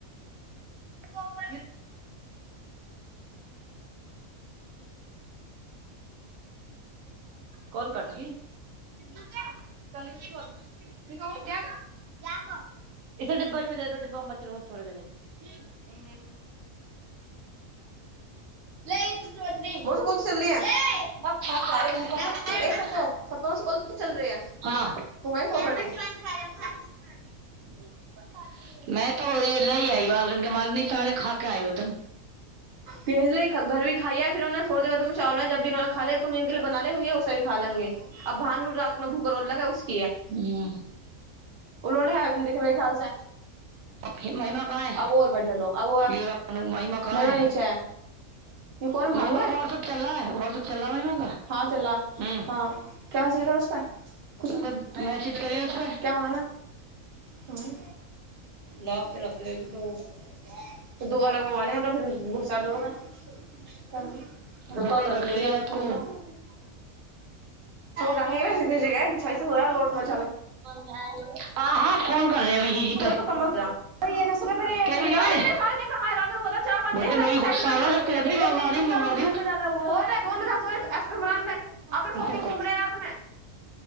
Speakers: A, on the right (about 70°); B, on the right (about 45°).
A: <unintelligible> कॉल कट गई <unintelligible> इसे डिब्बा में दे द डिब्बा में बच रह थोड़े कोई बात नहीं
B: नहि <unintelligible>
A: खा के आए भूखा था कोई ना हाँ
B: <unintelligible>
A: <inaudible> नहिं तऽ ओ ल आई बालगन के मारनी सारे खा के आय ओ तम <inaudible>
B: कहज ले घर भी खाइय ओ <unintelligible> थोडे देर में चावल जब इने खा ल त इे बना ले हेैस भ खा ले गे अब भानु रातमे भू <unintelligible>
A: हँ
B: उलंडे हनि देखे खल जा
A: हे
B: <unintelligible>
A: महिमा कहाँ है
B: अब और बढ़िया लो अब
A: ये रहा अनु, कहाँ
B: महिमा नीचा है येऽ कोन
A: महिमा
B: भानु है
A: का व्हाट्सएप चल रहा है व्हाट्सएप चल रहा है महिमा का
B: हँ चल
A: हम्म
B: हँ क्या छै क कुछ
A: उस पर
B: नइ
A: मैसेज
B: करिय
A: करिए उस पर
B: क्या होगा ने ला के रख लौ जी दो दो अलग मोबाइल है त फर बहुत सारा लोग है धोखा
A: बुका
B: कर
A: रख
B: लेक
A: लो जी आपको
B: <unintelligible> जगह बिछाइ हो लोट मा <unintelligible>
A: आ ह <unintelligible> फोन करय भी जीपै
B: तू कम मत जा ये ना सुने पर ये
A: कब
B: कई
A: नामै
B: इतने
A: <unintelligible> जेस
B: सारे ने कहा है रात को बता चार पांच
A: मंग
B: दे मैं
A: मंगार
B: सेटलमेंट कर दूंगी अभी वे महंगे तर उनके ज्यादा हुआ सोने का सोए इमरान ने अपने सो के
A: फो
B: घूम
A: <unintelligible>
B: रहे रात में